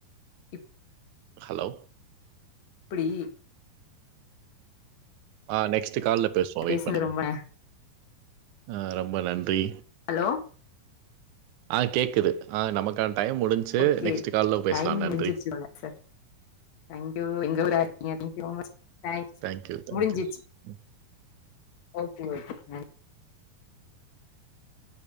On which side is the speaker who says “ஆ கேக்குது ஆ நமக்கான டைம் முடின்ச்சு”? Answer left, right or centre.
Right